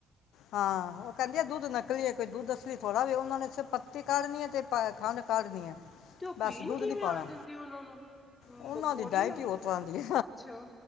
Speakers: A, on the left; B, on the left.
A: ਹਾਂ ਉਹ ਕਹਿੰਦੀ ਆ ਦੁੱਧ ਨਕਲੀ ਹੈ ਕੋਈ ਦੱਧ ਅਸਲੀ ਥੋੜਾ ਵੀ ਉਹਨਾਂ ਨੇਿਰ ਪੱਤੀ ਕਢਨੀ ਹੈ ਤੇ ਖੰਡ ਕਾਦ ਦੀਆਂ
B: ਤੇ ਉਹ
A: ਬਸ
B: ਪੀਣ
A: ਦੁੱਧ
B: ਕਿਵੇਂ
A: ਨੀ ਪਾਣਾ
B: ਆ ਜਾਂਦੀ ਉਹਨਾਂ ਨੂੰ ਹਮ
A: ਉਹਨਾਂ
B: ਬਕੌੜੀ
A: ਦੀ ਡਾਇਟ
B: ਲੱਗਦੀ
A: ਹੀ ਉਹ ਤਰ੍ਹਾਂ ਦੀ
B: ਅੱਛਾ